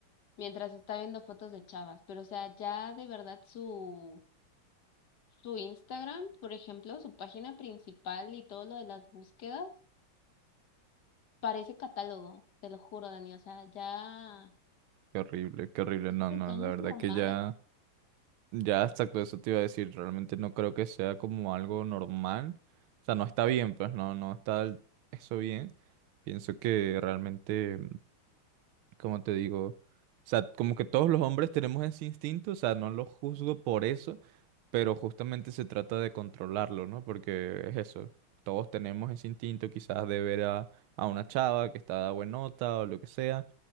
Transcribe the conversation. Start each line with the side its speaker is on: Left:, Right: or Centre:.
Left: Mientras está viendo fotos de chavas, pero, o sea, ya de verdad su Su Instagram, por ejemplo, su página principal y todo lo de las búsquedas, parece catálogo, te lo juro, Dani. O sea, ya,
Right: Qué horrible, qué horrible.
Left: esto
Right: No, no,
Left: ya
Right: la
Left: no
Right: verdad
Left: es normal.
Right: que ya, ya exacto, eso te iba a decir. Realmente no creo que sea como algo normal. O sea, no está bien, pues no, no está del- eso bien. Pienso que realmente. como te digo, o sea, como que todos los hombres tenemos ese instinto, o sea, no lo juzgo por eso, pero justamente se trata de controlarlo, ¿no? Porque es eso, todos tenemos ese instinto quizás de ver a, a una chava que está de buena nota o lo que sea,